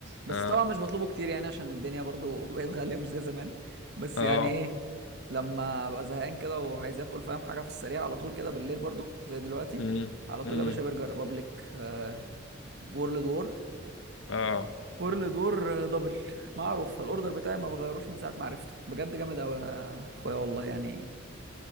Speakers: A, on the right; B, on the left.
A: بس
B: اه
A: طبعا مش بطلبه كتير يعني عشان الدنيا برضو <laughs> بقت غاليه مش زي زمان بس
B: اه
A: يعني ايه لما ببقى زهقان كده وعايز اكل فاهم حاجه في السريع على طول كده بالليل برضو زي دلوقتي
B: امم
A: على طول
B: امم
A: يا باشا برجر ريبابليك آه وورلد وور
B: اه
A: وورلد وور آه، دبل معروف الاوردر بتاعي ما بغيروش من ساعه ما عرفته بجد جامد قوي يا اخويا والله يعني